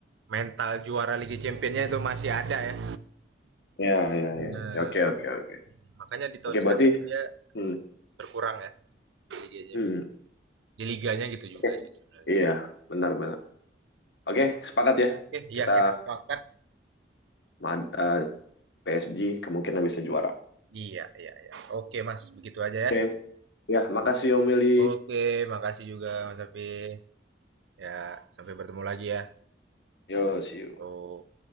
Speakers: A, on the right; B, on the left.
A: mental juara Liga Championnya itu masih ada ya.
B: Iya, iya, iya.
A: Nah,
B: Ya, Oke, oke, oke.
A: makanya di tahun
B: Oke,
A: sekarang
B: berarti
A: dia
B: hmm,
A: berkurang ya di liganya,
B: hmm.
A: di liganya gitu
B: Oke,
A: juga sih sebenarnya.
B: iya, benar, benar. Oke, sepakat ya.
A: Oke, iya
B: Kita
A: kita sepakat.
B: ma- eh, PSG kemungkinan bisa juara.
A: Iya, iya, iya. Oke, Mas, begitu aja
B: Oke,
A: ya.
B: Ya, makasih Om Mili.
A: Oke, makasih juga Mas Hafiz. Ya, sampai bertemu lagi ya.
B: Yo, see you.
A: Tuh.